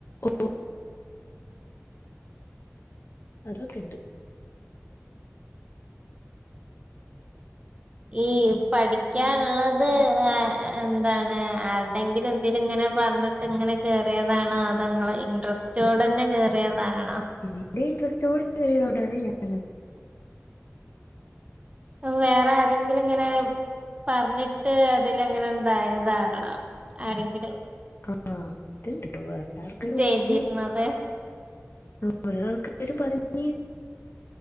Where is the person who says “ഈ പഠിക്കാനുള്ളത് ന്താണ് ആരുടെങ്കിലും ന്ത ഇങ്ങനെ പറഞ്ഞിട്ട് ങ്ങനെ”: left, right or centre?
Right